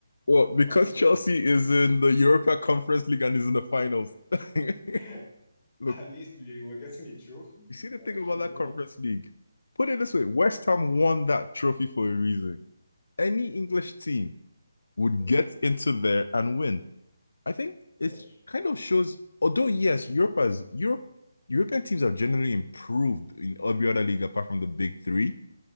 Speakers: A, on the left; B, on the left.
A: well, because
B: past what?
A: Chelsea is in the Europa Conference League and is in the finals. <laughs>
B: <laughs>
A: Look,
B: At least we were getting a trophy.
A: you see the
B: Like,
A: thing about
B: you
A: that
B: know,
A: Conference League? Put it this way West Ham won that trophy for a reason. Any English team would
B: <laughs> that's
A: get
B: true.
A: into there and win. I think it's
B: That's true.
A: kind of shows, although yes, Europe has Europe European teams have generally improved in every other league apart from the big three.